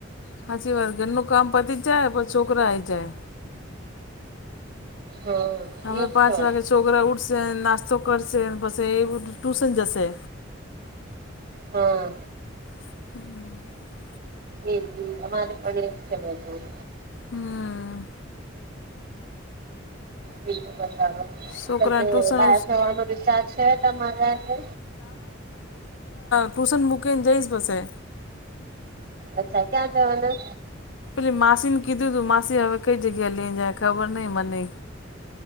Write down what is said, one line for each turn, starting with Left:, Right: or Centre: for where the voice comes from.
Left: સાચી વાત ઘરનું કામ પતી જ જાય પણ છોકરા આઈ જાય
Right: હા
Left: હવે
Right: એજ
Left: પાંચ
Right: તો
Left: વાગે છોકરા ઉઠસે નાસ્તા નાસ્તો કરશે પછી એધ ટુશન જશે
Right: હમ્મ.
Left: <inaudible>
Right: એ જ એજ અમારે પણ એજ છે બધું.
Left: હમ્મ.
Right: બીજું બતાવો
Left: છોકરાને
Right: તો કે
Left: ટ્યુશન
Right: બહાર જવાનો વિચાર છે તમારે આજે.
Left: ટૂસન મુકેન જઈશ પસે.
Right: અચ્છા ક્યાં જવાના.
Left: એટલે માસી ને કીધું તું માસી હવે કઈ જગ્યા લઈ જાય ખબર નઈ મને